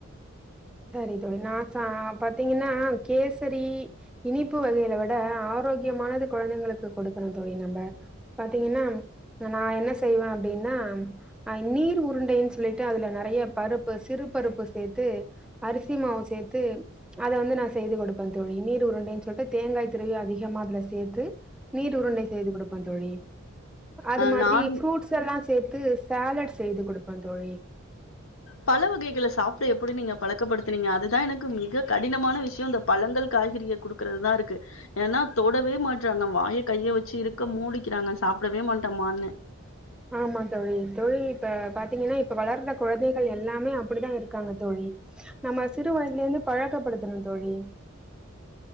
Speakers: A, in the centre; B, on the left.
A: சரி தோழி நா சா பாத்தீங்கன்னா கேசரி இனிப்பு வகைகள விட ஆரோக்கியமானது குழந்தைங்களுக்கு கொடுக்கணு தோழி நம்ப பாத்தீங்கன்னா ந நா என்ன செய்வே அப்டின்னா ஆ நீர் உருண்டைன்னு சொல்லிட்டு அதுல நெறைய பருப்பு சிறு பருப்பு சேத்து அரிசி மாவு சேத்து அத வந்து நா செய்து கொடுப்பே தோழி நீர் உருண்டைன்னு சொல்ட்டு தேங்காய் திருவி அதிகமா அதுல சேத்து நீர் உருண்டை செய்து கொடுப்பே தோழி அது
B: அ
A: மாதிரி
B: நான்
A: ஃப்ரூட்ஸ் எல்லா சேத்து சாலட் செய்து குடுப்பே தோழி
B: பழ வகைகள சாப்ட எப்பிடி நீங்க பழக்கப்படுத்துனீங்க அதுதா எனக்கு மிக கடினமான விஷயோ இந்த பழங்கள் காய்கறிய குடுக்கறதுதா இருக்கு ஏன்னா தொடவே மாட்றாங்க வாய கைய வச்சு இருக்க மூடிக்கிறாங்க சாப்பிடவே மாட்டமான்னு
A: ஆமா தோழி தோழி இப்ப பாத்தீங்கன்னா இப்ப வளர்ந்த கொழந்தைகள் எல்லாமே அப்டிதான் இருக்காங்க தோழி நம்ம சிறு வயதுலந்து பழக்கப்படுத்தணு தோழி